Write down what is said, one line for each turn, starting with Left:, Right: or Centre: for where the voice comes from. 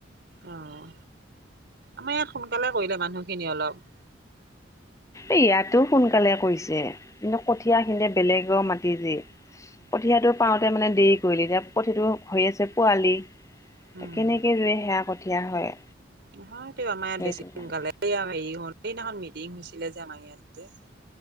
Right: অ', আমাৰ ইয়াত সোনকালে কৰিলে মানুহখিনিয়ে অলপ।
Left: এ ইয়াতো সোনকালে কৰিছে। কিন্তু কঠীয়া সিহঁতে বেলেগ মাতি দি। কঠীয়াটো পাওঁতে মানে দেৰি কৰিলে এতিয়া কঠীয়াটো হৈ আছে পোৱালি।
Right: উম,
Left: তে কেনেকে ৰোৱে হেয়া কঠীয়া হয়!
Right: নহয় এই আমাৰ ইয়াত
Left: সেইটো
Right: বেছি সোনকালে
Left: কাৰণে
Right: হেৰি হ'ল সেইদিনাখন মিটিং হৈছিলে যে আমাৰ ইয়াত যে।